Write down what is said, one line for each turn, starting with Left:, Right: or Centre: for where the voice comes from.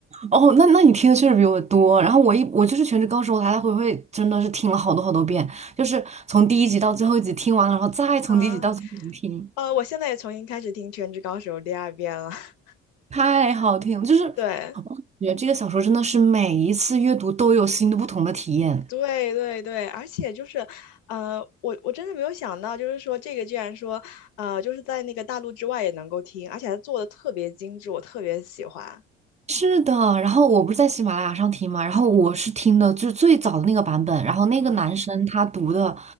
Right: 哦，那那你听的确实比我多。然后我一我就是《全职高手》，我来来回回真的是听了好多好多遍，就是从第一集到最后一集听完了，然后再从第一集到最后一集听，
Left: 啊，呃，我现在也重新开始听《全职高手》第二遍了。<laughs>
Right: 太好听了。就是
Left: 对，
Right: 觉得这个小说真的是每一次阅读都有新的不同的体验。
Left: 对对对，而且就是，呃，我我真的没有想到，就是说这个居然说，呃，就是在那个大陆之外也能够听，而且还做的特别精致，我特别喜欢
Right: 是的，然后我不是在喜马拉雅上听嘛，然后我是听的就是最早的那个版本，然后那个男生他读的
Left: 啊，